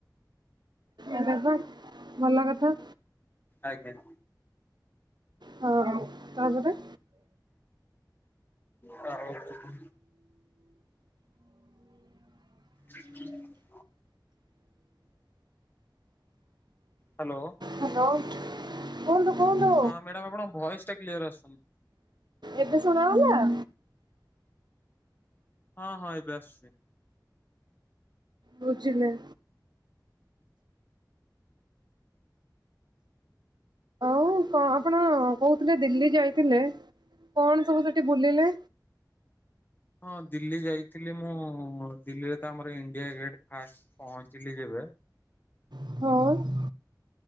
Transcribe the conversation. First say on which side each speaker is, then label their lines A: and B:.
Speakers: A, on the right (about 75°); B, on the left (about 25°).
A: ଆରେ ବା ଭଲ କଥା।
B: ଆଜ୍ଞା।
A: ହଁ ତାପରେ
B: ହଁ ହଉ ହଉ। ହୁଁ। ହ୍ୟାଲୋ।
A: ହ୍ୟାଲୋ। କୁହନ୍ତୁ କୁହନ୍ତୁ।
B: ହଁ ମ୍ୟାଡାମ ଆପଣଙ୍କ ଭଏସ ଟା କ୍ଲିୟର ଆସୁନି।
A: ଏବେ ଶୁଣା ଗଲା?
B: ହଁ ହଁ ଏବେ ଆସୁଛି।
A: ବୁଝିଲେ। ମୁଁ କଣ ଆପଣ କହୁଥିଲେ ଦିଲ୍ଲୀ ଯାଇଥିଲେ କଣ ସବୁ ସେଠି ବୁଲିଲେ?
B: ହଁ ଦିଲ୍ଲୀ ଯାଇଥିଲି ମୁଁ ଦିଲ୍ଲୀରେ ତ ଆମର ଇଣ୍ଡିଆ ଗେଟ୍ ଫାଷ୍ଟ ପହଞ୍ଚିଲି ଯେବେ
A: ହଁ।